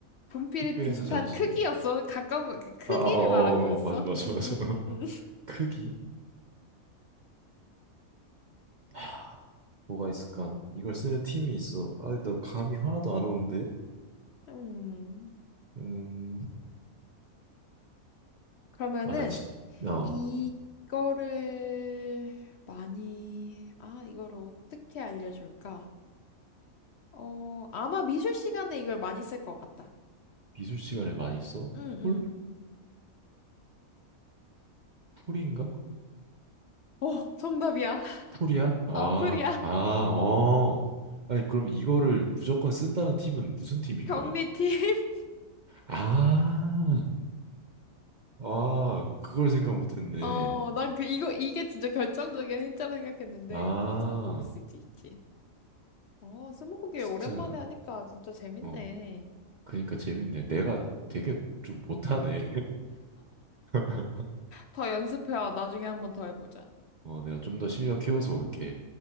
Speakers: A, on the left (about 60°); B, on the right (about 45°).
A: 분필이
B: 학교에서
A: 비슷한
B: 자주
A: 크기였어.
B: 쓰고
A: 가까운 거, 그 크기를
B: 아, 아, 아, 어, 어,
A: 말한 거였어.
B: 어, 맞아, 맞아,
A: 응,
B: 맞아.
A: 응,
B: <laughs>
A: 응,
B: 크기? 하, 뭐가 있을까? 이걸 쓰는 팀이 있어. 아, 나 감이 하나도 안 오는데.
A: 응 음.
B: 음,
A: 그러면은
B: 아, 나 진, 어,
A: 이거를 많이 아 이거를 어떻게 알려줄까? 어 아마 미술 시간에 이걸 많이 쓸 것 같다.
B: 미술 시간에 많이 써?
A: 응응.
B: 풀? 풀인가?
A: 어 정답이야. <laughs>
B: 풀이야? 아,
A: 아프리아
B: 아, 어. 아니, 그럼 이거를 무조건 쓴다는 팀은 무슨 팀인
A: 경리팀.
B: 거야?
A: <laughs>
B: 아, 아, 그걸 생각 못 했네.
A: 어 난 그 이거 이게 진짜 결정적인 힌트라 생각했는데
B: 아,
A: 맞아 모를 수 있지 있지. 어 스무고개
B: 진짜,
A: 오랜만에 하니까 진짜 재밌네.
B: 어. 그니까 재밌네. 내가 되게 좀 못하네. <laughs>
A: 더 연습해와 나중에 한번 더 해보자.
B: 어, 내가 좀 더 실력 키워서 올게.